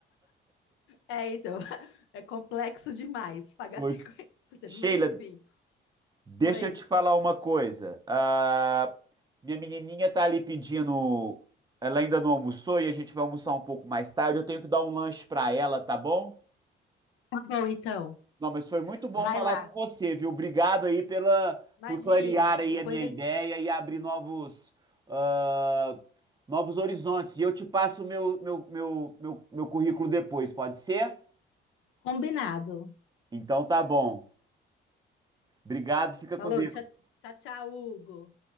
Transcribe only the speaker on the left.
É, então, <laughs> é complexo demais pagar
50%
mas enfim.
Oi.
Tá bom, então.
Vai
lá.
Imagina,
depois
a
gente...
combinado.
Falou,
tchau, tchau, tchau, Hugo.